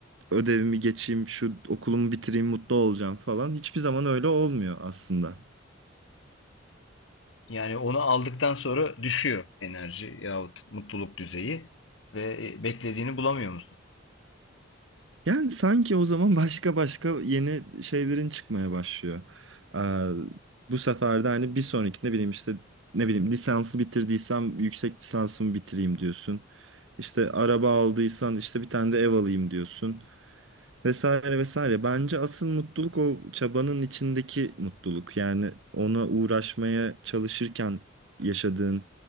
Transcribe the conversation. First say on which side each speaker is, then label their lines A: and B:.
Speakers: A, on the right; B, on the left.
A: ödevimi geçeyim, şu okulumu bitireyim mutlu olacağım falan. Hiçbir zaman öyle olmuyor aslında.
B: Yani onu aldıktan sonra düşüyor enerji yahut mutluluk düzeyi ve e, beklediğini bulamıyor musun?
A: Yani sanki o zaman başka başka yeni şeylerin çıkmaya başlıyor. Ee, bu sefer de hani bir sonraki ne bileyim işte ne bileyim lisansı bitirdiysem yüksek lisansımı bitireyim diyorsun. İşte araba aldıysan işte bir tane de ev alayım diyorsun. Vesaire vesaire. Bence asıl mutluluk o çabanın içindeki mutluluk. Yani ona uğraşmaya çalışırken yaşadığın